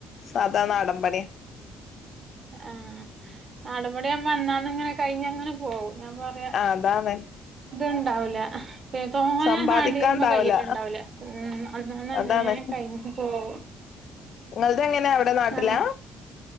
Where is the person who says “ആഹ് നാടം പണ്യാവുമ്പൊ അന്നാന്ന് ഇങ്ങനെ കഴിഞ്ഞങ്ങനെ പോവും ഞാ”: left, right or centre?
Right